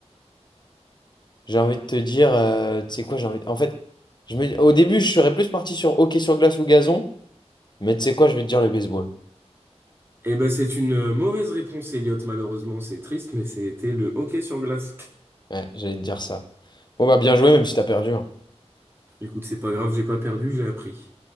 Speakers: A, on the left (about 40°); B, on the right (about 20°).
A: J'ai envie de te dire, euh, tu sais quoi, j'ai envie. En fait, je me... au début, je serais plus parti sur hockey sur glace ou gazon, mais tu sais quoi, je vais te dire le baseball.
B: Eh ben, c'est une euh, mauvaise réponse, Elliot. Malheureusement, c'est triste, mais c'était le hockey sur glace.
A: Ouais, j'allais te dire ça. Bon, bah bien joué, même si t'as perdu. hein.
B: Écoute, c'est pas grave, j'ai pas perdu, j'ai appris.